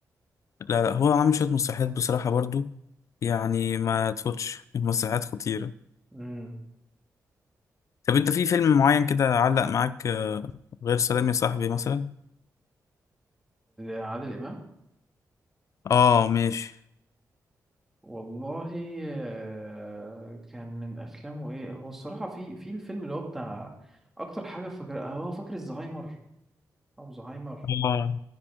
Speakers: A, on the left; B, in the centre.
A: لا لا هو عامل شوية مسرحيات بصراحة برضو يعني ما تفوتش المسرحيات خطيرة
B: أمم
A: طب انت في فيلم معين كده علق معاك آه، غير سلام يا صاحبي مثلا
B: عادل إمام
A: اه ماشي
B: والله آه، كان من أفلامه إيه هو الصراحة في في الفيلم اللي هو بتاع أكتر حاجة فاكر هو فاكر الزهايمر أو زهايمر
A: اه